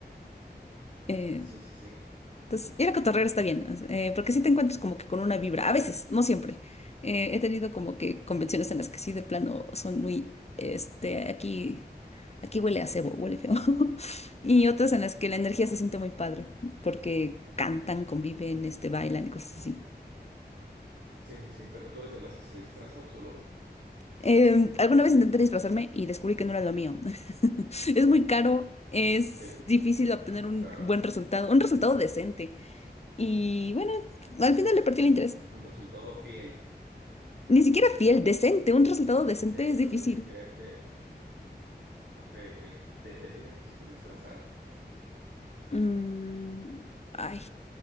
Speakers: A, on the left (about 40°); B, on the right (about 85°).
A: eh,
B: Sí, sí, sí.
A: entonces, ir a cotorrear está bien, eh, porque si te encuentras como que con una vibra, a veces, no siempre. Eh, he tenido como que convenciones en las que sí, de plano, son muy, este, aquí, aquí huele a cebo, huele feo. <laughs> Y otras en las que la energía se siente muy padre, porque cantan, conviven, este, bailan y cosas así.
B: Sí, sí, sí. Pero tú eres de las que se disfraza o solo va?
A: Eh, alguna vez intenté disfrazarme y descubrí que no era lo mío. <laughs> Es muy caro, es
B: De,
A: difícil obtener un
B: claro,
A: buen resultado, un resultado decente. Y bueno, al final le perdí el interés.
B: un resultado fiel.
A: Ni siquiera fiel, decente. Un resultado decente
B: Ok,
A: es
B: pero
A: difícil.
B: ¿de qué te quería? De, ok, ok. ¿De, de qué te quisiste disfrazar?
A: Mm, ay,